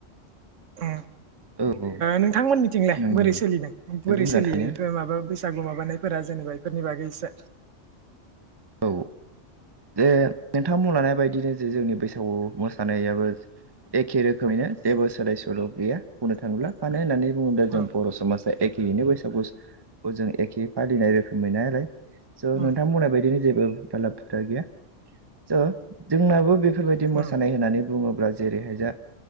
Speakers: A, on the right; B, on the right.
A: ओ
B: औ औ
A: नोंथांमोननिथिंलाय
B: नंगौ
A: बोरै
B: नंगौ
A: सोलिदों
B: जोबोर
A: बोरै
B: मोजां
A: सोलियो
B: थाङो
A: बेफोर माबा बैसागु माबानायफोरा जेनेबा बेफोरनि बागै इसे
B: औ जे नोंथां बुंलांनाय बायदिनो जे जोंनि बैसागु मोसानायाबो एखे रोखोमैनो जेबो सोलाय सोल गैया बुंनो थाङोब्ला मानो होननानै बुङोबाजों
A: उम
B: बर समाजा एखेयैनो बैसागुखौ जों एखे फालिनाय रोखोमैनो आरो स'
A: उम
B: नोंथां बुनाय बायदिनो जेबो <unintelligible> गैया स जोंनाबो बे बेफोरबायदि मोसानाय
A: उम
B: होननानै बुङोब्ला जेरैहाय जा